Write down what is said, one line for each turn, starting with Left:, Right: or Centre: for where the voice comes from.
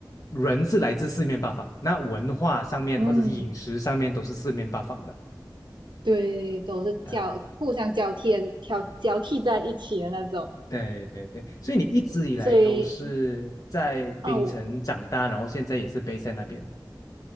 Left: 人是来自四面八方，那文化上面或者是饮食上面都是四面八方的。
Right: 嗯。对，都是交互相交替的，
Left: 呃，
Right: 挑交替在一起的那种。
Left: 对对对，所以你一直以来都是在槟城长大，
Right: 所以啊，我
Left: 然后现在也是 base 在那边。